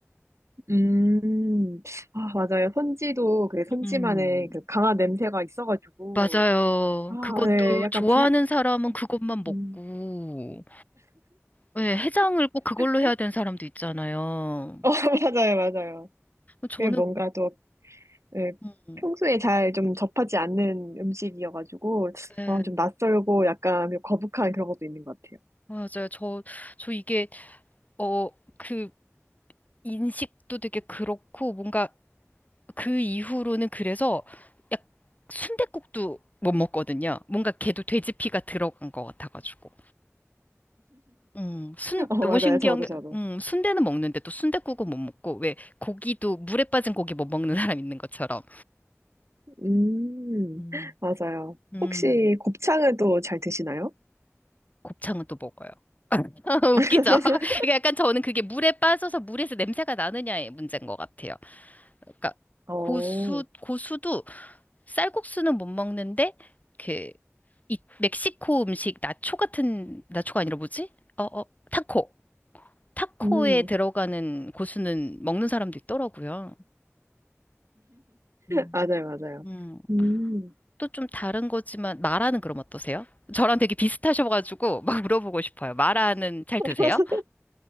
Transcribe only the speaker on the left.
음.
맞아요.
그것도
좋아하는
사람은
그것만 먹고.
네, 해장을 꼭 그걸로
해야 되는 사람도 있잖아요.
저는
음,
네,
맞아요. 저, 저 이게, 어, 그 인식도 되게 그렇고, 뭔가 그 이후로는 그래서 약 순댓국도 못 먹거든요. 뭔가 걔도 돼지피가 들어간 것 같아가지고. 음, 순,
너무
신기한
게,
음, 순대는 먹는데 또순댓국은못 먹고, 왜 고기도 물에 빠진 고기 못 먹는 사람 있는 것처럼.
음.
음.
곱창은 또 먹어요. <laughs>
웃기죠? <laughs> 그러니까 약간 저는 그게 물에 빠져서 물에서 냄새가 나느냐의 문제인 것 같아요. 그러니까
고수, 고수도 쌀국수는 못 먹는데 그 이 멕시코 음식 나초 같은 나초가 아니라 뭐지? 어, 어, 타코. 타코에
들어가는 고수는 먹는 사람도 있더라고요. 음.
음,
또 좀 다른 거지만 마라는 그럼 어떠세요? 저랑 되게 비슷하셔가지고 막 물어보고 싶어요. 마라는 잘
드세요?